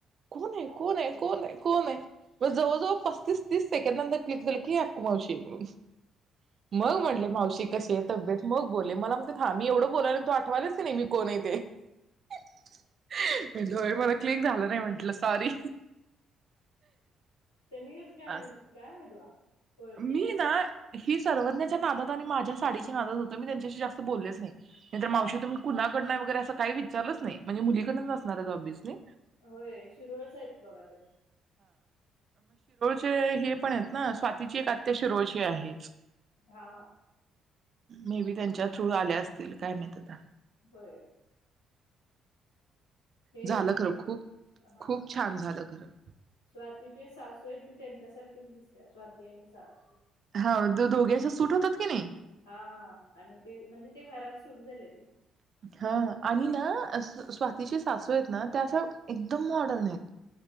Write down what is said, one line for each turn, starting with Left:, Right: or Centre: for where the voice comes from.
Right: कोण आहे
Left: अग
Right: कोण आहे कोण
Left: बाई
Right: आहे कोण आहे. मग जवळजवळ पस्तीस तीस सेकंड नंतर क्लिक झालं की अकुमावशी आहे म्हणून. मग म्हणलं मावशी कसे तब्येत मग बोलले मला म्हणत्यात हां मी एवढं बोलायलोय तू आठवायल्यास कणी मी कोण हाय ते मी म्हंटल होय मला क्लीक झालं नाही म्हंटलं सॉरी
Left: त्यांनी का
Right: असं
Left: आलेलीत काय माहित बा. <inaudible>
Right: मी
Left: असतात.
Right: ना मी सर्वज्ञाच्या नादात आणि माझ्याच साडीच्या नादात होते मी त्यांच्याशी जास्त बोललेच नायी,
Left: हा.
Right: नाही तर मावशी तुमी कुणाकडण वगैरे अस काही विचारलच नाही म्हणजे मुलीकडनच असणारे ऑबिअसली.
Left: होय शिरवळच आहेत बघा ते
Right: ते हे पण आहेत ना स्वा तिची एक आत्या शिरोडची आहे.
Left: हा.
Right: मे बी त्यांच्या थ्रू आल्या असतील काय माहीत आता.
Left: व्हय. हे
Right: झालं खरं खूप
Left: हा
Right: खूप छान झालं खरं
Left: स्वातीचे सासू आहे ती त्यांच्यासारखी तेच दिसताये स्वाती आणि सासू
Right: हाव ते दोघे अस सूट होतात की नई.
Left: हा आणि ते म्हणजे ते घरात सुट झालेती.
Right: हा आणि ना अस स्वातीची सासू येत ना त्या अश्या एकदम मॉडर्न येत